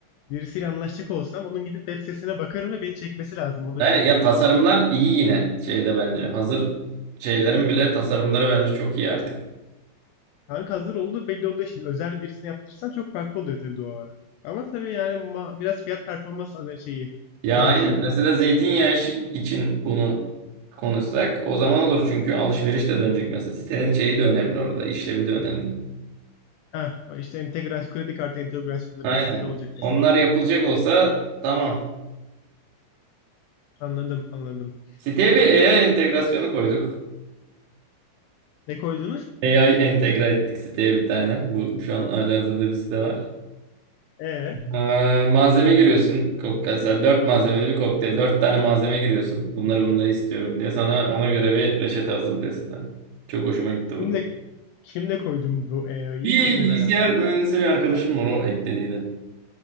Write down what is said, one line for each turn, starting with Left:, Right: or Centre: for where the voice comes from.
Left: birisiyle anlaşacak olsam onun gidip web sitesine bakarım ve beni çekmesi lazım. Orada
Right: Aynen
Left: bir kalite
Right: ya
Left: görmem
Right: tasarımlar
Left: lazım.
Right: iyi yine şeyde bence. Hazır şeylerin bile tasarımları bence çok iyi artık.
Left: Kanka hazır olduğu belli olduğu için özel birisini yaptırsan çok farklı oluyor tabii doğal olarak. Ama tabii yani ma- biraz fiyat performans ana- şeyi
Right: Ya
Left: tercihi
Right: aynen. Mesela
Left: bu.
Right: zeytinyağı işi için bunu konuşsak o zaman olur çünkü alışveriş de dönecek mesela. Sitenin şeyi de önemli orada, işlevi de önemli.
Left: Ha işte entegrasyon kredi kartı entegrasyonları
Right: Aynen.
Left: vesaire olacak mesela.
Right: Onlar yapılacak olsa tamam.
Left: Anladım anladım.
Right: Siteye bir AI entegrasyonu koyduk.
Left: Ne koydunuz?
Right: AI entegre ettik siteye bir tane. Bu şu an halihazırda bir site var.
Left: E
Right: Ee, malzeme giriyorsun. Kokteyl, mesela 4 malzemeli bir kokteyl. dört tane malzeme giriyorsun. Bunları bunları istiyorum diye. Sana ona göre bir reçete hazırlıyor site. Çok hoşuma gitti bu.
Left: Kimle kimle koydun bu EO'yu?
Right: Bir
Left: Kimle
Right: bilgisayar
Left: beraber?
Right: mühendisi bir arkadaşım var o eklediydi.